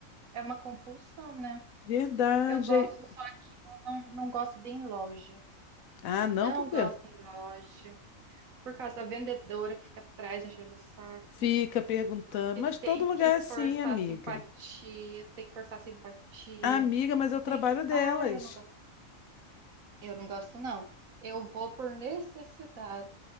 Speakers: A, on the right; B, on the left.
A: É uma compulsão, né?
B: Verdade.
A: Eu gosto,
B: aí-
A: só não, não gosto de ir em loja.
B: Ah,
A: Não
B: não, por quê?
A: gosto em loja. Por causa da vendedora que fica atrás enchendo o saco.
B: Fica perguntando,
A: Que
B: mas todo
A: tem
B: lugar
A: que forçar
B: é assim, amiga.
A: a simpatia. Tem que forçar a simpatia.
B: Amiga, mas é o trabalho
A: Tem que.
B: delas.
A: Ah, eu não gosto. Eu não gosto, não. Eu vou por necessidade.